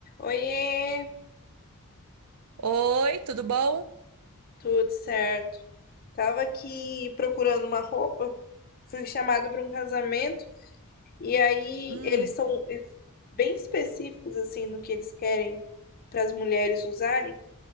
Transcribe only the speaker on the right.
Oi, tudo bom?
Hum,